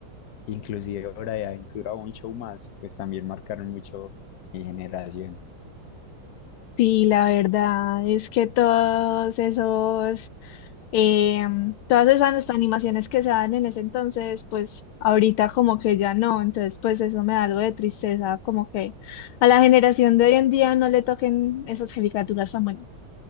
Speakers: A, on the left; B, on the left.
A: inclusive Hora de Aventura o un show más, pues también marcaron mucho mi generación.
B: Sí, la verdad es que todos esos, em, todas esas animaciones que se dan en ese entonces, pues ahorita como que ya no, entonces pues eso me da algo de tristeza, como que a la generación de hoy en día no le toquen esas caricaturas tan buenas.